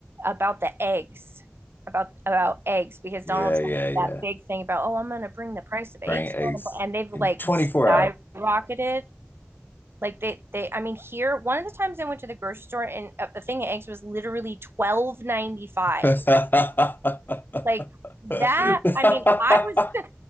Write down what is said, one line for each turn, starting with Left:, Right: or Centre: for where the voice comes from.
Right: about the eggs. About about eggs because
Left: yeah,
Right: Donald Trump
Left: yeah,
Right: made
Left: yeah,
Right: that big thing about, oh, I'm gonna bring the price of eggs
Left: bring eggs
Right: down and they've
Left: in
Right: like
Left: 24
Right: skyrocketed. Like they, they, I mean, here one of the times I went to the grocery store and uh, the thing of eggs was literally twelve ninety five.
Left: hours. <laughs>
Right: Like that,
Left: Wow.
Right: I mean, I was, <laughs> and